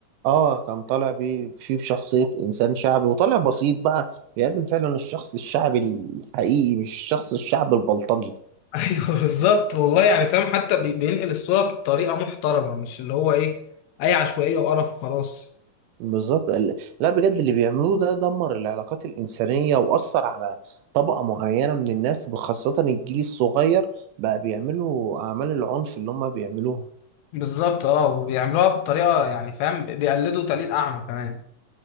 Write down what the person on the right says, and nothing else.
اه كان طالع بيه فيه بشخصيه انسان شعبي وطالع بسيط بقى بيقدم فعلا الشخص الشعبي الحقيقي مش الشخص الشعبي البلطجي
بالظبط ال- لا بجد اللي بيعملوه ده دمر العلاقات الإنسانية وأثر على طبقة معينة من الناس خاصة الجيل الصغير بقى بيعملوا أعمال العنف اللي هم بيعملوها